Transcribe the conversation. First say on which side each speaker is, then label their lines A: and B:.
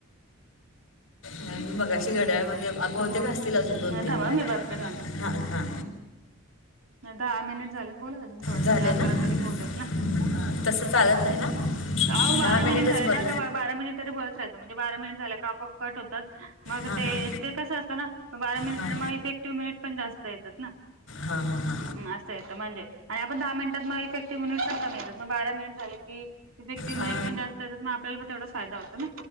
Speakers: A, on the left; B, on the right.
A: नाही मी मघाशी घड्याळमध्ये ते बहूतेक असतील अजून दोन
B: नाही
A: तीन
B: थांबा
A: मिनिट
B: मी बघते थांबा
A: हा हा.
B: दहा मिनिट झालेत बोला अजून थोडं
A: झाले
B: म्हणजे अकरा
A: ना हा,
B: तरी होऊ देयात ना.
A: तसं चालत नाही ना.
B: अहो बारा
A: दहा मिनिटच
B: मिनिट झाले
A: बोल
B: ना का बारा मिनिट तरी बोलत राहायचं म्हणजे बारा मिनिट झाले का आपोआप ऑप कट होतात. मग
A: हां
B: ते
A: हां
B: ते कसं असतं ना बारा मिनिटनं
A: हां
B: म इफेक्टिव्ह मिनिट पण जास्त येतात ना.
A: हा हा हा.
B: असं आहेत म्हणजे आणि आपण दहा मिनिटात मग इफेक्टिव्ह पण कमी येतात म बारा मिनिट झाले की इफेक्टीव
A: हां
B: मिनिट पण जास्त येतात म आपल्याला तेवढा फायदा होतं ना.